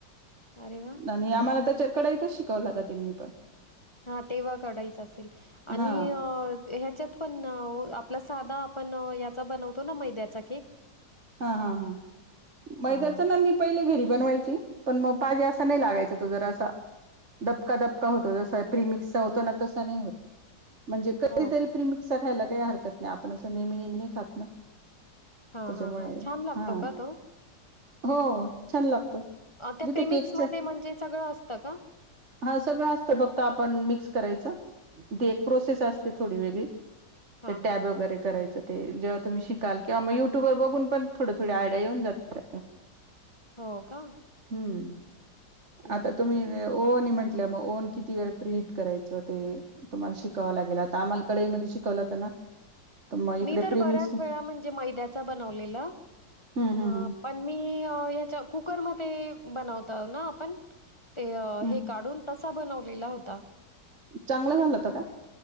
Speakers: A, on the left; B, on the right.
A: अरे वाह!
B: आणि आम्हाला त्याच्या कढईतच शिकवला होता त्यांनी पण..
A: हा तेव्हा कढईच असेल आणि
B: हा
A: ह्याच्यात पण आपला साधा आपण याचा बनवतो ना मैद्याचा केक?
B: हा हा हा मैद्याचा
A: हां.
B: ना मी पहिले घरी बनवायची पण मग पाहिजे असा नाही लागायचा तो जरा असा दबका दबका होतो जसा प्रिमिक्सचा होतो ना तसा नाही होत. म्हणजे कधीतरी
A: हो का?
B: प्रीमिक्स चा खायला काही हरकत नाही आपण असं नेहमी, नेहमी नाही खात ना.
A: हां, हां,
B: त्याच्यामुळे
A: हां. छान लागतो
B: हा.
A: का तो?
B: हो छान लागतो
A: अ, त्या
B: जिथे
A: प्रिमिक्समध्ये
B: केकच
A: म्हणजे सगळं असतं का?
B: हा सगळं असत फक्त आप मिक्स करायचं एक प्रोसेस
A: हां,
B: असते, थोडी वेगळी
A: हां,
B: तर
A: हां,
B: टॅब
A: हां.
B: वगैरे करायचं. ते जेव्हा तुम्ही शिकाल किंवा मग युट्युबर बघून पण थोड थोड आयडिया येऊन जातं.
A: हो का.
B: ह्
A: हं,
B: आता
A: हं,
B: तुम्ही
A: हं.
B: ओहन म्हण. म्हट मग ओव्हन किती वेळ प्रि हिट करायचं ते तुम्हाला शिकावं लागेल आता आम्हाला कढईमध्ये शिकवलं होतं ना. तर मग इकडे
A: मी तर
B: प्रेमिक्स
A: बऱ्याच वेळा म्हणजे मैद्याचा बनवलेलं.
B: हम्म हम्म
A: अ
B: हम्म
A: पण मी हाच्या कुकर मध्ये ते बनवत ना आपण ते
B: हम्म
A: हे काढून तसा बनवलेला होता.
B: चांगलं झालं होत का?